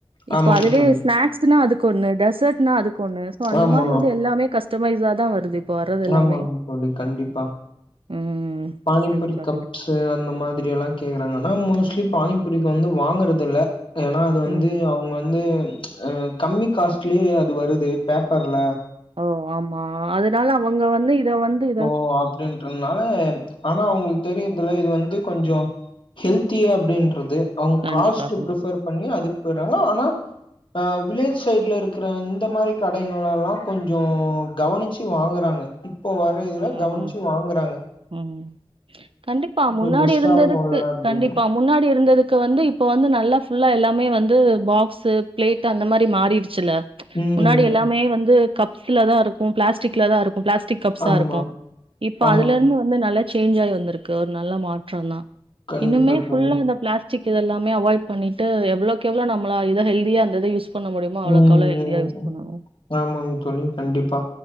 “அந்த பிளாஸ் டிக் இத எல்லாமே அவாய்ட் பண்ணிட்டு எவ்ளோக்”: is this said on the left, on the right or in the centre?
Right